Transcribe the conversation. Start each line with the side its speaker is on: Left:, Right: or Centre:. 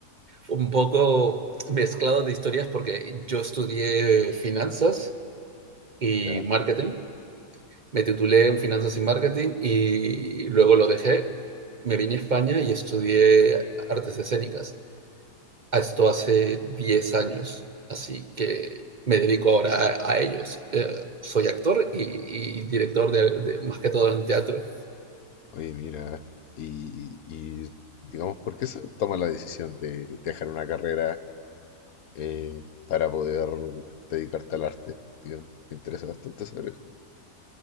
Right: un poco mezclado de historias porque yo estudié finanzas y
Left: Ya.
Right: marketing, me titulé en finanzas y marketing y luego lo dejé, me vine a España y estudié artes escénicas. a esto hace 10 años, así que me dedico ahora a, a ellos. Eh, soy actor y, y director de, de- más que todo en teatro,
Left: Oye, mira, y, y, digamos, ¿por qué se toma la decisión de dejar una carrera eh, para poder dedicarte al arte? Digamos, me interesa bastante saber eso.